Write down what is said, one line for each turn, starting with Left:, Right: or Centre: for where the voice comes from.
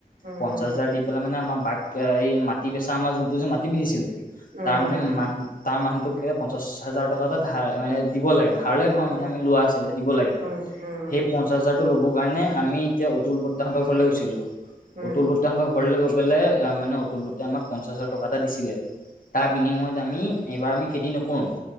Right: উম
Left: পঞ্চাছ
Right: উম
Left: হাজাৰ দি পেলাই মানে আমাৰ বাঘ <unintelligible> মাটি বেচা আমাৰ যোনটো যে মাটি বেচিছিলো।
Right: উম
Left: তাৰ মানে, মান তাৰ মানুহটোক এ' পঞ্চাশ হাজাৰ টকা এটা ধ মানে, দিব লাগে ধ নহয়
Right: উম উম
Left: মানে আমি লোৱা আছিলে দিব লাগে।
Right: উম উম উম উম উম
Left: সেই পঞ্চা হাজাৰতটো লব কাৰণে আমি এতিয়া অতুল তাহাতৰ ঘৰলৈ গৈছিলো,
Right: উম
Left: অতুল বৰ্তাহঁতৰ ঘৰলৈ গৈ পেলাই। এ' মানে অতুল বটে আমাক পঞ্চাশ হাজাৰ টকা এটা দিছিলে। তাৰ বিনিময়ত আমি, এইবাৰ আমি খেতি নকৰোঁ।